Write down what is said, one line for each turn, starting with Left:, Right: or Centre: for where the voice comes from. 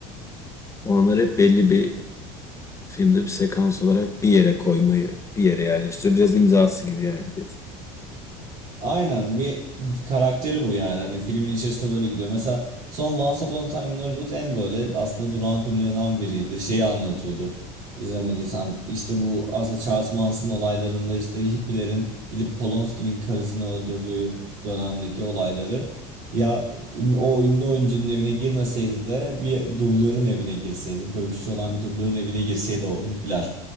Left: Onlar hep belli bir Filmde bir sekans olarak bir yere koymayı, bir yere yerleştiriyor. Biraz imzası gibi yani diyorsun.
Right: Aynen bir karakteri bu yani. Hani filmin içerisinde böyle gidiyor. Mesela son Once Upon a Time in Hollywood en böyle aslında duran filmlerinden biriydi. Şeyi anlatıyordu. İzlemediysem işte bu aslında Charles Manson olaylarında işte hippilerin gidip Polonsky'nin karısını öldürdüğü dönemdeki olayları. Ya ün- o ünlü oyuncunun evine girmeseydi de bir dublörün evine girseydi, dövüşçü olan bir dublörün evine girseydi o hippiler